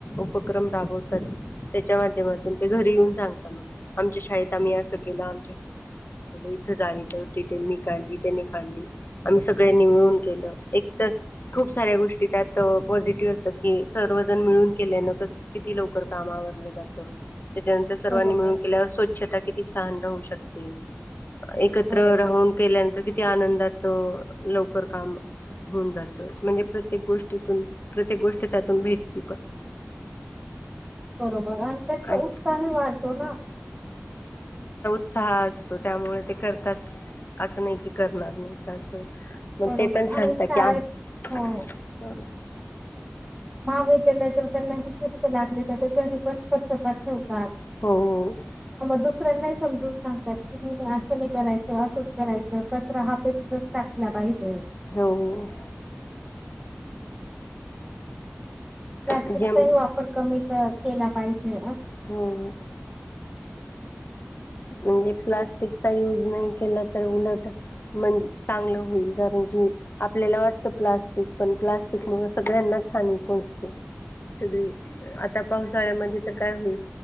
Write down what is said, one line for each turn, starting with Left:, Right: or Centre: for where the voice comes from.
Left: उपक्रम राबवतात ते चांगले हे त्याच्या माध्यमातून ते घरी येऊन सांगता आमच्या शाळेत आम्ही असं केलं. इथं झाली ते होती ते मी काढली त्यानी काढली <unintelligible> आम्ही सगळ्यांनी मिळून खूप साऱ्या गोष्टीत पॉझिटिव्ह केल्या. सर्वजण मिळून केल्यान किती लवकर काम आवरलं जातं सर्वांनी
Right: बरोबर
Left: मिळून केल्यावर स्वच्छता राहू शकते. एकत्र
Right: बरोबर
Left: राहून केल्यानंतर आनंदात काम लवकर होऊ शकतं म्हणजे प्रत्येक गोष्टीतून प्रत्येक गोष्ट त्यातून भेटती.
Right: काम करण्यात
Left: आणि
Right: उत्साह वाढतो.
Left: सहा असतो त्यामुळे ते करताच असं नाही की करणार नाही त्या व <unintelligible> मग
Right: बरोबर
Left: ते पण
Right: आणि
Left: सांगतात.
Right: शाळेत
Left: की
Right: हो महाविद्यालया जवळ त्यांना वि शवस्त लागले तर ते घरी पण स्वच्छता ठेवतात <unintelligible>
Left: हो हो
Right: दुसऱ्यांना समजून सांगतात की असं करायचं असंच करायचं कचरा पेटीत टाकायचं असतो. पाहिजे.
Left: हो. हो.
Right: प्लास्टिकचाही
Left: हो जम
Right: वापर कमी केला पाहिजे.
Left: हो म्हणजे प्लास्टिकचा युज नाही केलं पाहिजे. कारण की चांगलं होईल आपल्याला वाटतं प्लास्टिक पण प्लास्टिक मुळे सगळ्यांना हानी पोचते. सगळी आता पावसाळ्यामध्ये तर काय होईल.